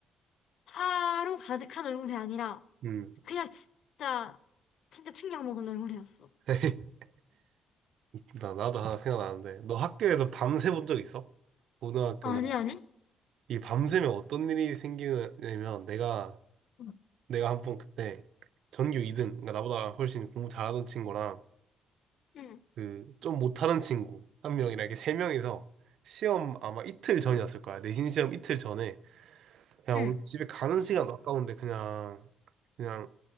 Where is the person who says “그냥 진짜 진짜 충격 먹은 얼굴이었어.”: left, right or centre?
Left